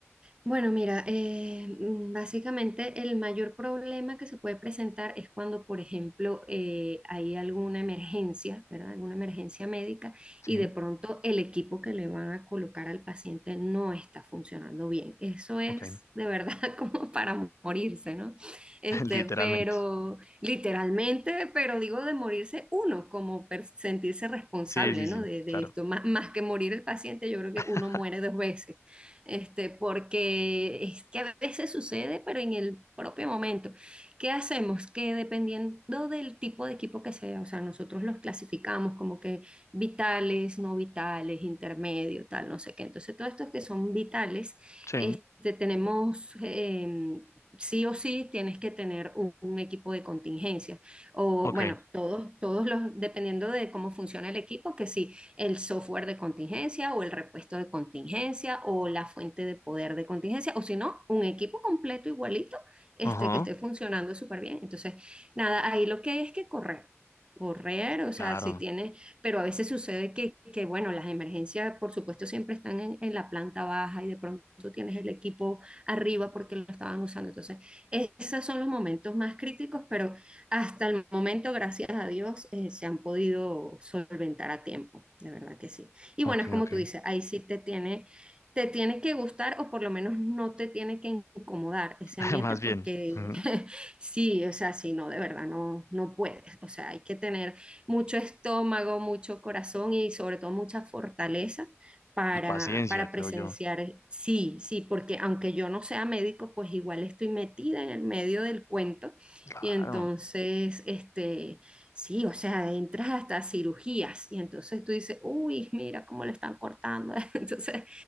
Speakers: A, on the right; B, on the left.
A: Bueno, mira, eh, mm, básicamente el mayor problema que se puede presentar es cuando, por ejemplo, eh, hay alguna emergencia, ¿verdad? Alguna emergencia médica
B: Sí,
A: y de pronto el equipo que le van a colocar al paciente no está funcionando bien. Eso es
B: ok,
A: de verdad <laughs> como para morirse, ¿no? Este,
B: <laughs> literalmente.
A: pero literalmente, pero digo de morirse uno, como per- sentirse responsable,
B: Sí, sí, sí,
A: ¿no? De, de
B: claro.
A: esto, más, más que morir el paciente, yo creo que
B: <laughs>
A: uno muere dos veces este, porque es que a veces sucede, pero en el propio momento. ¿Qué hacemos? Que dependiendo del tipo de equipo que sea, o sea, nosotros los clasificamos como que vitales, no vitales, intermedio, tal, no sé qué. Entonces, todos estos que son vitales,
B: Sí,
A: este, tenemos... em, sí o sí tienes que tener un, un equipo de contingencia. O
B: ok.
A: bueno, todos, todos los, dependiendo de cómo funciona el equipo, que sí, el software de contingencia o el repuesto de contingencia o la fuente de poder de contingencia, o si no, un equipo completo igualito este,
B: Ajá.
A: que esté funcionando súper bien. Entonces, nada, ahí lo que hay es que correr correr, o
B: Claro,
A: sea, si tiene, pero a veces sucede que, que bueno, las emergencias, por supuesto, siempre están en, en, la planta baja y de pronto tienes el equipo arriba porque lo estaban usando. Entonces, esos son los momentos más críticos, pero hasta el momento, gracias a Dios, eh, se han podido solventar a tiempo, de verdad que sí. Y
B: ok,
A: bueno, es como
B: ok.
A: tú dices, ahí sí te tiene, te tiene que gustar o por lo menos no te tiene que incomodar ese
B: <laughs>
A: ambiente
B: Más
A: porque
B: bien. Ujú.
A: <laughs> sí, o sea, sí, no, de verdad, no, no puedes. O sea, hay que tener mucho estómago, mucho corazón y sobre todo mucha fortaleza para,
B: Y paciencia,
A: para
B: creo
A: presenciar.
B: yo.
A: Sí, sí, porque aunque yo no sea médico, pues igual estoy metida en el medio del cuento
B: Claro,
A: y entonces, este, sí, o sea, entras hasta cirugías y entonces tú dices, uy, mira cómo le están cortando. <laughs> Entonces,